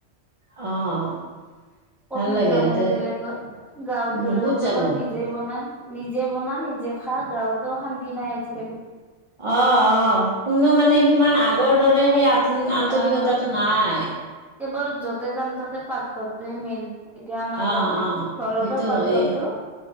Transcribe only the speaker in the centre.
ক'ত
নো
যাম
আৰু বেলেগত, গাঁৱত গ'লেও
কেৱল
নিজে বনাম। নিজে বনা, নিজে খা, গাঁৱতো শান্তি নাই আজিকালি।
আহ
কেৱল য'তে যাম ততে পাকঘৰটোৱে মেইন। এতিয়া আমাৰ
কাৰণে,
ঘৰতো
পাকঘৰটো।